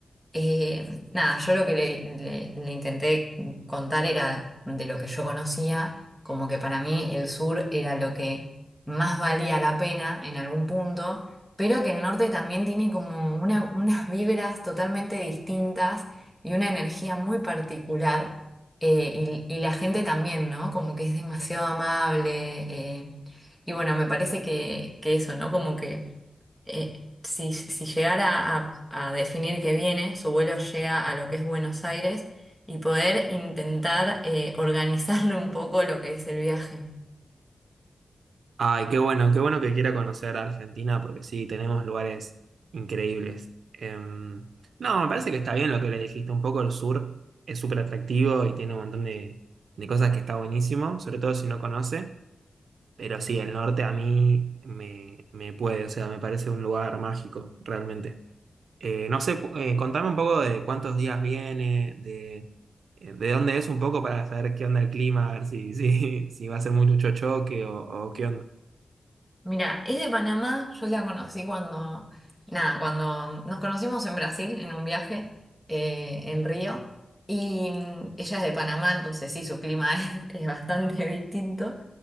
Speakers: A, in the centre; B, on the right.
A: Eh, nada, yo lo que le, le- le intenté contar era de lo que yo conocía, como que para mí el sur era lo que más valía la pena en algún punto, pero que el norte también tiene como una- unas vibras totalmente distintas y una energía muy particular, eh, y, y la gente también, ¿no? Como que es demasiado amable, eh, y bueno, me parece que, que eso, ¿no? Como que eh, si, si llegara a, a definir que viene, su vuelo llega a lo que es Buenos Aires y poder intentar eh, <laughs> organizarle un poco lo que es el viaje.
B: Ay, qué bueno, qué bueno que quiera conocer a Argentina porque sí, tenemos lugares increíbles. Em, no, me parece que está bien lo que le dijiste. Un poco el sur es súper atractivo y tiene un montón de, de cosas que está buenísimo, sobre todo si no conoce. Pero sí, el norte a mí me, me puede, o sea, me parece un lugar mágico, realmente. Eh, no sé, cu- eh, contame un poco de cuántos días viene, de, eh, de dónde es un poco para saber qué onda el clima, a ver si, si, <laughs> si va a ser mucho choque o, o qué onda.
A: Mira, es de Panamá, yo la conocí cuando, nada, cuando nos conocimos en Brasil en un viaje eh, en Río y mm, ella es de Panamá, entonces sí, su clima <laughs> es, es bastante distinto.